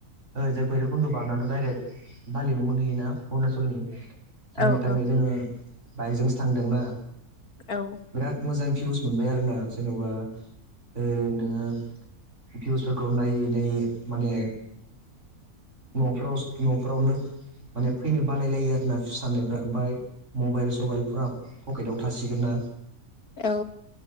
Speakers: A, on the right; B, on the left.
A: ओ रैजाय भैरबखुन्द' बारनाथ' डाइरेक्ट बालिगाव मोनहैयोना? अरुणाचलनि थाङै
B: औ औ
A: थाङै जोङो बाइकजोंसो थांदोंना।
B: औ
A: बिराद मोजां बिउस मोनबाय आरोना सोरनाबा ओ नोङो भिउसफोरखौ नायै नायै माने न'फ्राव न'फ्रावनो माने फैनो बालाय लायो आरो ना साननायफ्रा ओमफाय मबाइल सबाइल फुरा फकेट आव थासिगोन ना?
B: औ